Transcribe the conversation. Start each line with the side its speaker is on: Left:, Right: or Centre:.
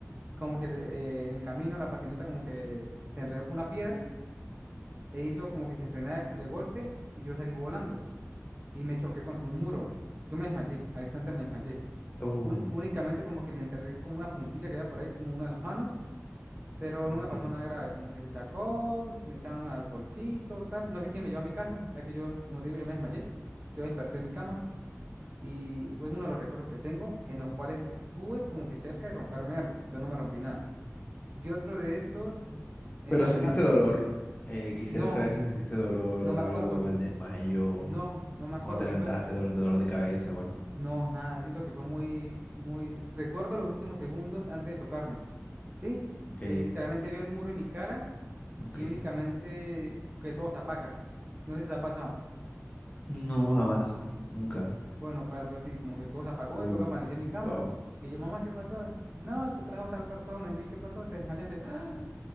Right: como que eh, en el camino la patineta como que se enredó con una piedra e hizo como que se frenaba de, de golpe y yo salí volando y me choqué contra un muro. Yo me desmayé, al instante me desmayé.
Left: Oh,
Right: Un- únicamente como que me enterré como una puntilla que había por ahí, como una de las manos pero
Left: ok.
Right: no me pasó nada grave, como que se sacó, se me echaron un alcoholcito, tal. No sé quién me llevó a mi casa, ya que yo, como te digo, yo me desmayé, yo desperté en mi cama y fue uno de los recuerdos que tengo en los cuales estuve como que cerca de romperme algo, yo no me rompí nada. Y otro de esos, eh,
Left: Pero
Right: también
Left: sentiste
Right: la...
Left: dolor. Eh, quisiera
Right: No,
Left: saber si sentiste dolor
Right: no
Left: o
Right: me acuerdo,
Left: algo al desmayo,
Right: no, no me acuerdo,
Left: cuando te
Right: siento
Left: levantaste,
Right: que...
Left: dolor, dolor de cabeza o algo.
Right: No, nada, siento que fue muy, muy... Recuerdo los últimos segundos antes de chocarme, ¿sí?
Left: Ok,
Right: Le- Literalmente veo el muro en mi cara
Left: ok.
Right: y únicamente que todo se apaga. No sé si te ha pasado.
Left: No, jamás. Nunca.
Right: Bueno, fue algo así, como que todo se apagó
Left: Uf,
Right: y luego aparecí en mi cama.
Left: wow.
Right: Y yo, mamá, ¿qué pasó? No, te trajo tal persona. Y Yo, ¿y qué pasó? Te desmayaste. ¡Ah!